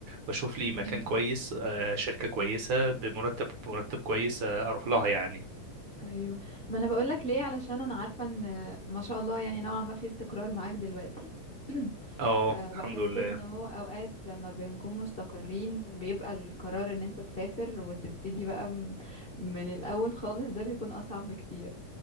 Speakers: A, on the right (about 60°); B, on the left (about 85°).
A: واشوف لي مكان
B: م-
A: كويس آه، شركه كويسه بمرتب مرتب كويس آه، اروح لها يعني
B: ايوه ما انا بقول لك ليه علشان انا عارفة ان ما شاء الله يعني نوعا ما في استقرار معاك دلوقتي <clears throat>
A: اه
B: فبحس
A: الحمد لله
B: ان هو اوقات لما بنكون مستقرين بيبقى القرار ان انت تسافر وتبتدي بقى م- من الاول خالص ده بيكون اصعب بكتير